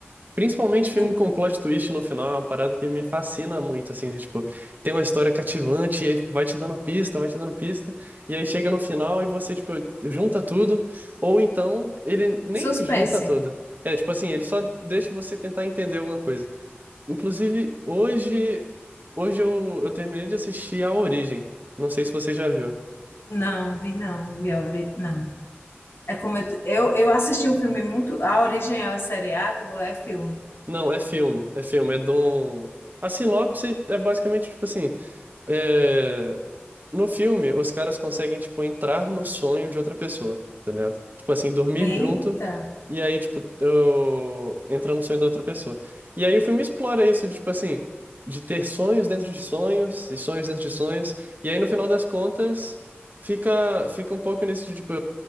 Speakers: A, on the right; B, on the left.
A: Principalmente filme
B: Me-
A: com plot twist no final, é uma parada que me fascina muito, assim, de, tipo, tem uma história cativante e aí, tipo, vai te dando pista, vai te dando pista, e aí chega no final e você, tipo, junta tudo, ou então ele nem
B: Suspense.
A: junta tudo. É, tipo assim, ele só deixa você tentar entender alguma coisa. Inclusive, hoje, hoje eu, eu terminei de assistir A Origem. Não sei se você já viu.
B: Não, vi não, vi a ori... não. É como eu, eu, eu assisti um filme muito. A origem é seriado, é filme.
A: Não, é filme, é filme, é de um... A sinopse é basicamente, tipo assim, é, no filme os caras conseguem, tipo, entrar no sonho de outra pessoa, tá ligado? Tipo assim, dormir
B: Eita,
A: junto e aí, tipo, eu... entrar no sonho da outra pessoa. E aí o filme explora isso, de, tipo assim, de ter sonhos dentro de sonhos e sonhos dentro de sonhos. E aí no final das contas fica, fica um pouco nesse, de, tipo,